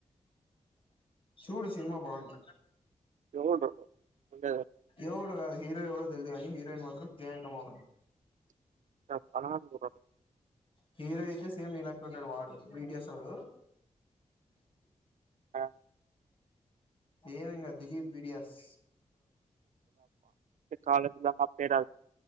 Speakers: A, on the left (about 45°); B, on the right (about 80°).
A: చూడు సినిమా బాగుంది
B: చూ అంటే <inaudible>
A: ఎవడు కాదు హీరో ఎవడో తెలిదుగాని హీరోయిన్ మాత్రం జయాంక మోహన్
B: ఇ ప
A: హీరో అయితే సేమ్ ననక్ ఉంటాడు వాడు బీటియాస్ోడు
B: ఆ
A: సేమి ఇంగా దిలీప్ బిడియాస్
B: కాాలజే